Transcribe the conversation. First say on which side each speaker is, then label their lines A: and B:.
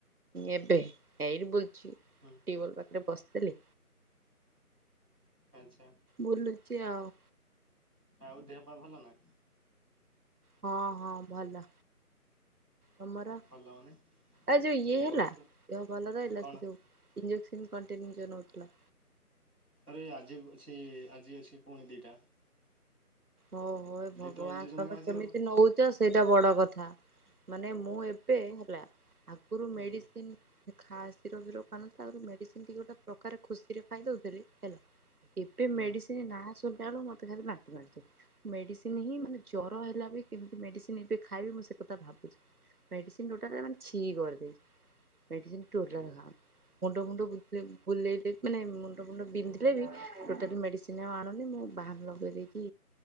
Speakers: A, on the right (about 70°); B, in the centre.
A: ଏବେ ଏଠି ବୁଲୁଚି।
B: ହୁଁ
A: ଟିୱଲ ପାଖରେ ବସିଥିଲି।
B: ଆଚ୍ଛା
A: ବୁଲୁଚି ଆଉ।
B: ଆଉ ଦେହ ପା ଭଲ ନା।
A: ହଁ ହଁ ଭଲ। ତମର
B: ଭଲ ମାନେ
A: ଆ ଯୋଉ ଇଏ
B: ମୋର
A: ହେଲା।
B: ତ
A: ଦେହ ଭଲ ରହିଲା
B: କଣ
A: ସେ ଯୋଉ। ଇଞ୍ଜକ୍ସନ କଣ୍ଟେନ୍ୟୁ ଯୋଉ ନୋଉଥିଲ।
B: ଆରେ ଆଜି ଅଛି। ଆଜି ଅଛି ପୁଣି ଦୁଇଟା।
A: ଓହୋ ଓହୋ ଭଗବାନ
B: ତ ଇଞ୍ଜେକ୍ସନ
A: ତମେ
B: ଏକା ହଉଛି
A: କେମିତି
B: ଆଉ
A: ନଉଚ। ନେଉଛ ସେଇଟା ବଡ଼ କଥା। ମାନେ ମୁଁ ଏବେ ହେଲା ଆଗରୁ
B: ହୁଁ
A: ମେଡିସିନ। ଖାସ୍ କ୍ଷୀର ଫିର ଖାଉ ନଥିଲି ମେଡିସିନ୍ ଗୋଟେ ପ୍ରକାର ଖୁସିରେ ଖାଇଦଉଥିଲି ହେଲା। ଏବେ
B: ହୁଁ
A: ମେଡିସିନ୍ ନାଁ ଶୁଣିଲା ବେଳକୁ ମୋତେ ଭାରି ବାନ୍ତି ବାନ୍ତି ମାଡୁଚି। ମେଡ଼ିସିନ ହିଁ ମାନେ ଜର ହେଲା ବି କେମତି ମେଡ଼ିସିନ ଏବେ ଖାଇବି ମୁଁ ସେ କଥା ଭାବୁଛି। ମେଡିସିନ ଯଉଟା ଖାଇବ ପୁରା ଛି କରିଦେଇଚି। ମେଡିସିନ୍ ଟୋଟାଲ୍
B: ହଉ
A: ଖାଉନି। ମୁଣ୍ଡ ମୁଣ୍ଡ ବୁଲେଇଲେ। ମାନେ ମୁଣ୍ଡ ଫୁଣ୍ଡ ବିନ୍ଧିଲେବି ଟୋଟାଲ୍ ମେଡିସିନ୍। କିଛି ମୁଁ ଆଣୁନି ମୁଁ ବାମ୍ ଲଗେଇ ଦେଇକି